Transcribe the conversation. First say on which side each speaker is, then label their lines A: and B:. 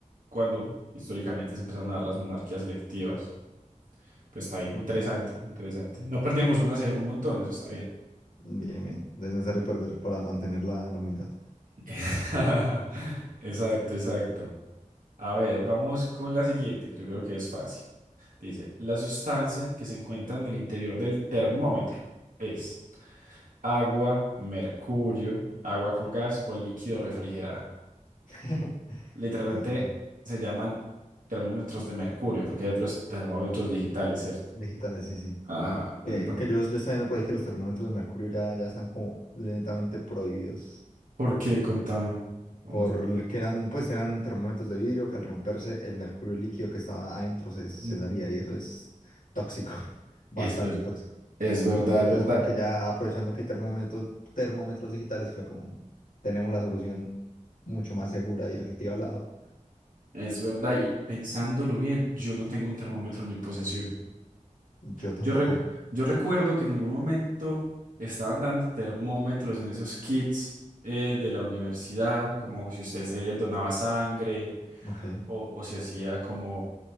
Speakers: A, on the right; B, on the left.
A: cuándo históricamente se empezaron a dar las monarquías electivas. Pues está bien,
B: Ok,
A: interesante, interesante. No perdíamos una hace un montón, eso está bien.
B: bien, bien. No es necesario perder para mantener la la humildad.
A: <laughs> Exacto, exacto. A ver, vamos con la siguiente, que yo creo que es fácil. Dice, la sustancia que se encuentra en el interior del termómetro es agua, mercurio, agua con gas o líquido refrigerado.
B: <laughs>
A: Literalmente
B: Ah, no, también.
A: se llaman termómetros de mercurio, porque hay otros termómetros digitales, ¿cierto?
B: Digitales, sí, sí.
A: Ajá,
B: Eh,
A: entonces.
B: que yo, yo estaba viendo por ahí que los termómetros de mercurio ya, ya están como lentamente prohibidos.
A: ¿Por qué? Contame. Uno-
B: Por que eran, pues eran termómetros de vidrio que al romperse el mercurio líquido que estaba adentro se, se
A: Ujú.
B: salía y eso es tóxico, <laughs> bastante
A: Es verdad.
B: tóxico.
A: Es verdad,
B: Entonces
A: es verdad.
B: como que ya aprovechando que hay termómetros, termómetros digitales fue como, tenemos la solución mucho más segura y efectiva al lado.
A: Es verdad, y pensándolo bien, yo no tengo un termómetro en mi posesión.
B: Yo tampoco.
A: Yo, rec- yo recuerdo que en algún momento estaban dando termómetros en esos kits eh, de la universidad, como si usted se donaba sangre
B: Ok.
A: o, o si hacía como,